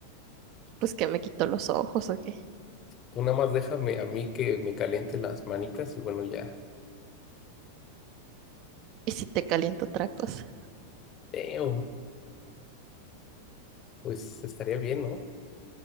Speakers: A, on the right; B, on the left.
A: pues que me quito los ojos o qué.
B: Tú nada más déjame a mí que me caliente las manitas y bueno, ya.
A: Y si te caliento otra cosa,
B: Damn, pues estaría bien, ¿no?